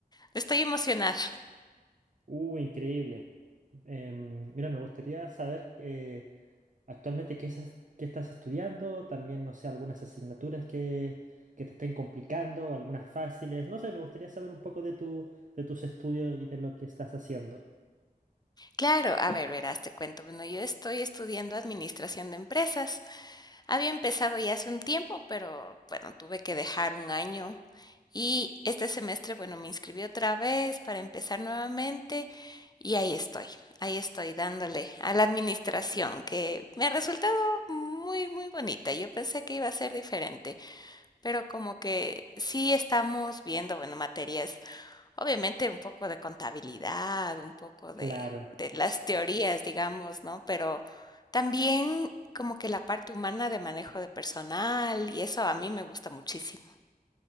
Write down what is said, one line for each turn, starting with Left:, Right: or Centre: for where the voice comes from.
Left: estoy emocionada.
Right: Uh, increíble. Em, mira, me gustaría saber eh, actualmente qué, esas- qué estás estudiando, también, no sé, algunas asignaturas que, que te estén complicando, algunas fáciles. No sé, me gustaría saber un poco de tu, de tus estudios y de lo que estás haciendo.
Left: Claro, a ver, verás, te cuento. Bueno, yo estoy estudiando administración de empresas. Había empezado ya hace un tiempo, pero bueno, tuve que dejar un año. Y este semestre, bueno, me inscribí otra vez para empezar nuevamente Y ahí estoy, ahí estoy dándole a la administración, que me ha resultado muy, muy bonita. Yo pensé que iba a ser diferente, pero como que sí estamos viendo, bueno, materias, obviamente un poco de contabilidad, un poco de,
Right: Claro,
Left: de las teorías, digamos, ¿no? Pero también como que la parte humana de manejo de personal, y eso a mí me gusta muchísimo.